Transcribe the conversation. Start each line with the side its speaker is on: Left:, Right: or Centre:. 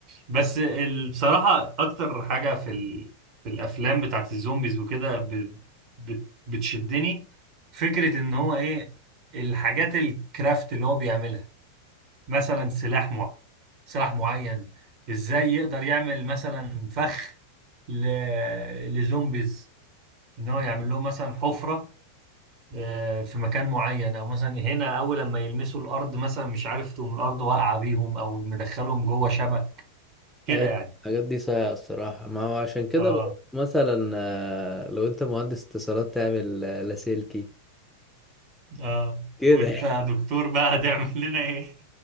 Right: بس ال- بصراحة أكتر حاجة في ال... في الأفلام بتاعت الزومبيز وكده ب... بت... بتشدني فكرة إن هو إيه الحاجات الكرافت اللي هو بيعملها مثلا سلاح معين سلاح معين إزاي يقدر يعمل مثلا فخ ل... لزومبيز إن هو يعمل لهم مثلا حفرة آه، في مكان معين او مثلا هنا اول لما يلمسوا الارض مثلا مش عارف تقوم الارض واقعه بيهم او مدخلهم جوه شبك كده
Centre: ايوه
Right: يعني
Centre: الحاجات دي صايعة الصراحة ما هو عشان كده
Right: اه
Centre: بقول لك مثلا آه، لو انت مهندس اتصالات تعمل آه، لاسلكي
Right: اه
Centre: كده
Right: وانت يا دكتور بقى هتعمل لنا ايه